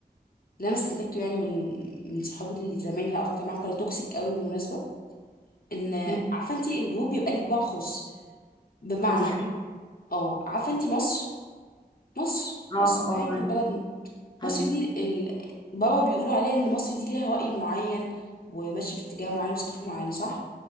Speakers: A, on the left (about 60°); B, on the left (about 25°).
A: اللي انا استنتجته يعني من من صحابي الزمان اللي قطعت معاهم كانوا توكسيك قوي بالمناسبه ان
B: مم.
A: عارفه انت الجروب بيبقى ليه طباع خاص بمعنى
B: دي حقيقه
A: اه عارفه انت مصر مصر
B: اه
A: مصر
B: اه
A: بتاعتنا
B: عارفين.
A: بلدنا مصر
B: ايوه
A: دي ال... بابا بيقولوا عليها ان مصر دي ليها رأي معين وماشيه في اتجاه معين وثقافه معينه صح